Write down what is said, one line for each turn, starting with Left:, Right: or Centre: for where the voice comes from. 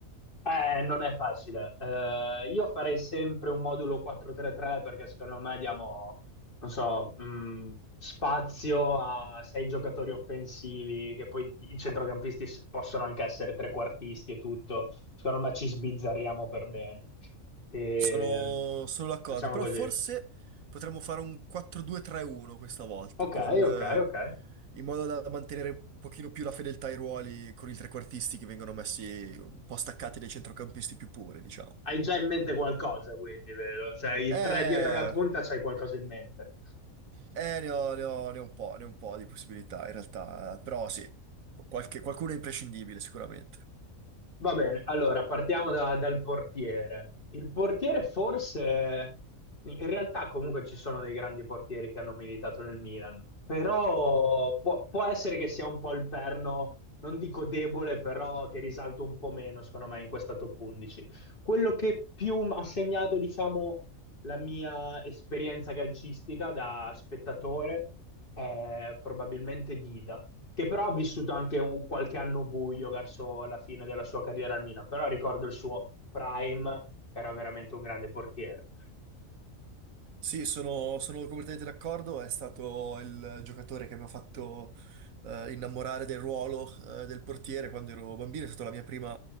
Left: Eh, non è facile. Eh, io farei sempre un modulo 4-3-3 perché secondo me diamo, non so, mh, spazio a sei giocatori offensivi, che poi i centrocampisti s- possono anche essere trequartisti e tutto. Secondo me ci sbizzarriamo per bene. E...
Right: Sono, sono d'accordo,
Left: Facciamo
Right: però
Left: così.
Right: forse potremmo fare un 4-2-3-1 questa volta,
Left: Ok,
Right: con, eh,
Left: ok, ok.
Right: in modo da mantenere un pochino più la fedeltà ai ruoli con i trequartisti che vengono messi un po' staccati dai centrocampisti più puri, diciamo.
Left: Hai già in mente qualcosa, quindi, vedo. Cioè, i
Right: Eh...
Left: tre dietro la punta, c'hai qualcosa in mente.
Right: Eh, ne ho, ne ho- ne ho un po', ne ho un po' di possibilità in realtà, eh, però sì, qualche- qualcuno è imprescindibile sicuramente.
Left: Va bene, allora partiamo da- dal portiere. Il portiere forse, in realtà comunque ci sono dei grandi portieri che hanno militato nel Milan, però può, può essere che sia un po' il perno, non dico debole, però che risalta un po' meno, secondo me, in questa top 11. Quello che più m- ha segnato, diciamo, la mia esperienza calcistica da spettatore è probabilmente Dida che però ha vissuto anche un- qualche anno buio verso la fine della sua carriera al Milan, però ricordo il suo prime, era veramente un grande portiere.
Right: Sì, sono, sono completamente d'accordo, è stato il giocatore che mi ha fatto eh, innamorare del ruolo eh, del portiere quando ero bambino, è stata la mia prima,